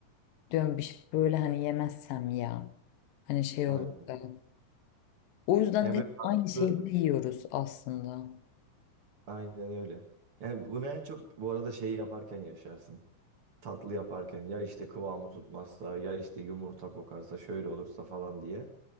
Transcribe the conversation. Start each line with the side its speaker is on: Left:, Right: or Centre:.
Left: Diyorum bir şey böyle hani yemezsem ya. Hani şey
Right: Aynen.
Left: olur da. O yüzden
Right: Yani
Left: de
Right: böyle
Left: hep
Right: tatlı
Left: aynı şeyleri yiyoruz aslında.
Right: aynen öyle. Yani bunu en çok bu arada şeyi yaparken yaşarsın. tatlı yaparken ya işte kıvamı tutmazsa ya işte yumurta kokarsa şöyle olursa falan diye